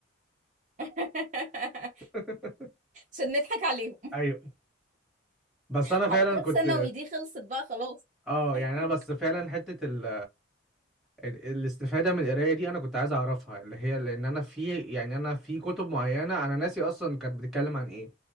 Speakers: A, on the right (about 40°); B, in the centre.
A: <laughs>
B: <laughs>
A: عشان نضحك عليهم
B: ايوه بس
A: <laughs>
B: انا فعلا
A: حركات
B: كنت
A: ثانوي دي خلصت بقى خلاص
B: اه
A: <laughs>
B: يعني انا بس فعلا حته ال... ال- الاستفادة من القراية دي أنا كنت عايز أعرفها اللي هي لأن أنا في يعني أنا في كتب معينة أنا ناسي أصلا كانت بتتكلم عن إيه